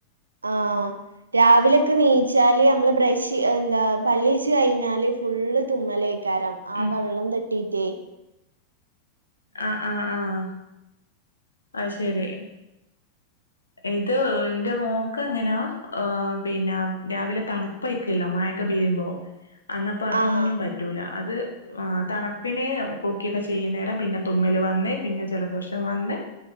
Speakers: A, on the right; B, on the left.
A: ആഹ് രാവിലൊക്കെ നീച്ചാല് അമ്മള് ബ്രഷ് എന്താ പല്ലേച്ച് കഴിഞ്ഞാല് ഫുള്ള് തുമ്മലേക്കാരം ആ
B: ഉം
A: വെള്ളം തട്ടീട്ടെ
B: അഹ അഹ ആഹ് അയ് ശെരി ഇത് എന്റെ മോക്ക് അങ്ങനാ അഹ് പിന്നെ രാവിലെ തണുപ്പയ്ക്കല്ലോ മ കപ്പെയ്യുമ്പോ അന്നപ്പം അതൊന്നും
A: ആഹ്
B: പറ്റൂല അത് ആ തണുപ്പിന് കുറുക്കിയൊക്കെ ചെയ്യുന്നേരം പിന്നെ തുമ്മല് വന്ന് പിന്നെ ജലദോഷം വന്ന്.